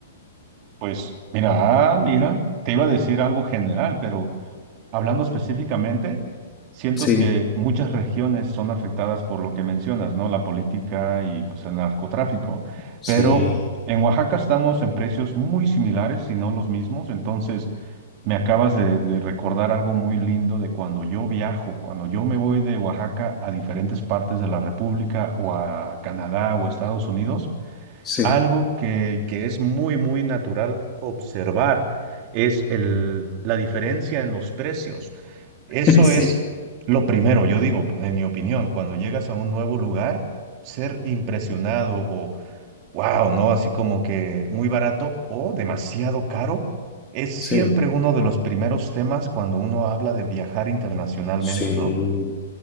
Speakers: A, on the right; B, on the left.
A: pues mira, ah, mira, te iba a decir algo general, pero Hablando específicamente, siento
B: Sí,
A: que muchas regiones son afectadas por lo que mencionas, ¿no? La política y pues el narcotráfico.
B: sí,
A: Pero en Oaxaca estamos en precios muy similares, si no los mismos. Entonces, me acabas de, de recordar algo muy lindo de cuando yo viajo, cuando yo me voy de Oaxaca a diferentes partes de la República o a Canadá o Estados Unidos.
B: sí,
A: Algo que, que es muy, muy natural observar es el, la diferencia en los precios. Eso
B: <laughs> Sí.
A: es lo primero, yo digo, en mi opinión, cuando llegas a un nuevo lugar, ser impresionado o wow, ¿no? Así como que muy barato o demasiado caro, es siempre
B: sí,
A: uno de los primeros temas cuando uno habla de viajar internacionalmente,
B: sí.
A: ¿no?